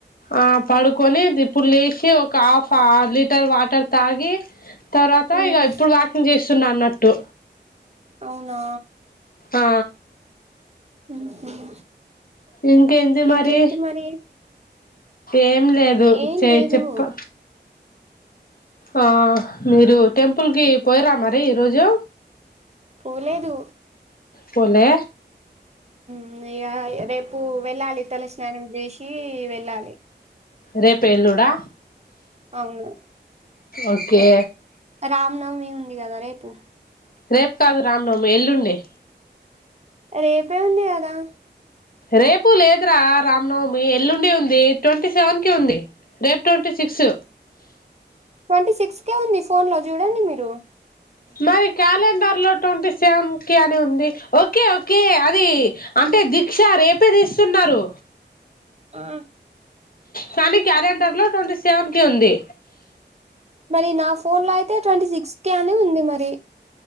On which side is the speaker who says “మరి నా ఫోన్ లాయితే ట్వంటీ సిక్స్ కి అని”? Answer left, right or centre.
Right